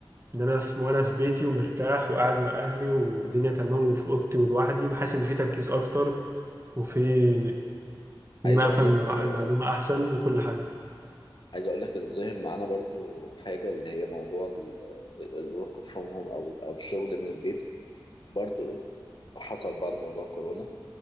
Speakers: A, on the right; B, on the left.
A: ان انا في وانا في بيتي ومرتاح وقاعد مع اهلي والدنيا تمام وفي اوضتي ولوحدي بحس ان في تركيز اكتر وفي ان
B: عايز
A: انا
B: أقول
A: افهم
B: لك
A: المع-
B: آه،
A: المعلومه احسن وكل حاجه
B: عايز أقول لك إن ظهر معانا برضو حاجة اللي هي موضوع الورك فروم هوم أو أو الشغل من البيت برضو حصل بعد موضوع كورونا